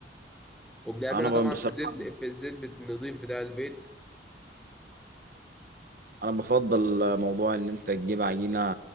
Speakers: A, in the centre; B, on the right.
A: وبنعملها
B: انا
A: طبعا
B: بصراحه
A: في الزيت في الزيت النظيف بتاع البيت
B: انا بفضل موضوع ان انت تجيب عجينه